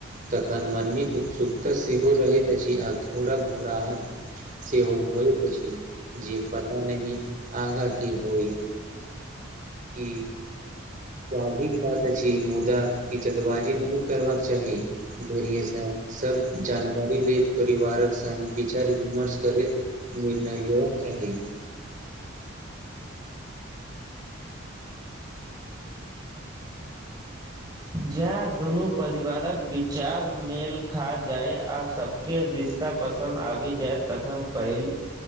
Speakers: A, on the right (about 40°); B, on the right (about 20°).
A: तखन मनमे उत्सुकता सेहो रहैत अछि आ थोड़ा घबराहट सेहो होइत अछि जे पता नह आगा की होइ की सधी बात अछि मुदा क चल्दबाजी नहि करबाक चाही धैरेसँ सब जानकारी लेत परिवारक संग विचार विमर्श करैत निर्णय लेबाक चाहि
B: जे दुनू परिवारक विचार मेल खा जाय आ सभ के रिश्ता पसन्द आबि जायत तखन पहिल